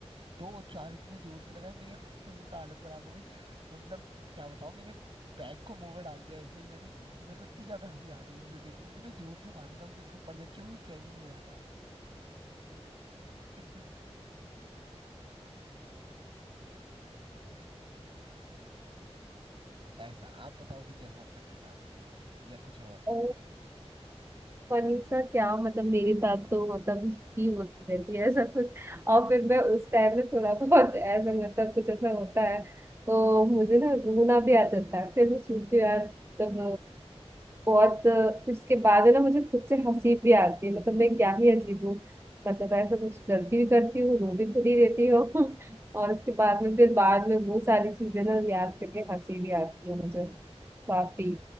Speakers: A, on the right; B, on the right.
A: दो चार इतने जोर से लगाए मेरी हंसते हंसते हालत खराब हो गई मतलब क्या बताऊं मैंने बैग को मुंह में डाल दिया ऐसे मेरी इत- मेरे को इतनी ज्यादा हंसी आ गई उसे देख के। इतने जोर से मारे ना उसे थप्पड़ जबकि वो कुछ कह भी नहीं रहा था <laughs> ऐसा आप बताओ कुछ ऐसा फनी सा या कुछ और
B: <laughs> अ, फनीसा क्या मतलब मेरे साथ तो मतलब ही होती रहती है ऐसा कुछ और फिर मैं उस टाइम में थोड़ा बहुत ऐसा मतलब कुछ ऐसा होता है तो मुझे ना रोना भी आ जाता है फिर मैं सोचती हूँ यार तब बहुत फिर उसके बाद है ना मुझे खुद से हंसी भी आती है मतलब मैं क्या ही अजीब हूँ मतलब ऐसा कुछ गलती भी करती हूँ रो भी खुद ही देती हूँ <laughs> और उसके बाद में फिर बाद में वो सारी चीजें ना याद करके हंसी भी आती है मुझे काफी